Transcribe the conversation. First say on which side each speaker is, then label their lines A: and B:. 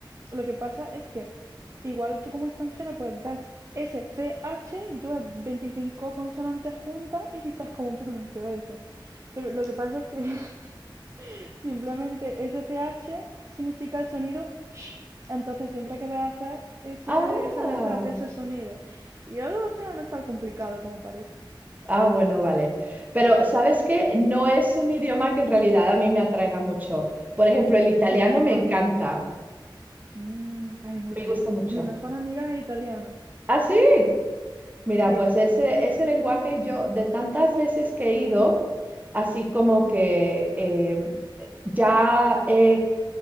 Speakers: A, on the right; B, on the right.
A: Lo que pasa es que igual tú como extranjera pues ves S C H y tú ves 25 consonantes juntas y dices cómo pronuncio eso. Pero lo que pasa es que <laughs> simplemente S C H significa el sonido sh. Entonces siempre que veas hacer ese,
B: Ah,
A: esas letras hace ese sonido. Y ahora al final no es tan complicado como parece.
B: ah, bueno, vale. Pero ¿sabes qué? No es un idioma que en realidad a mí me atraiga mucho. Por ejemplo, el italiano
A: Sí, normal.
B: me encanta,
A: Mm, ay, muy
B: me
A: romántico.
B: gusta mucho.
A: Mi mejor amiga es italiana.
B: ¿Ah, sí? Mira,
A: Sí,
B: pues ese, ese lenguaje yo de tantas veces que he ido, así como que eh, ya he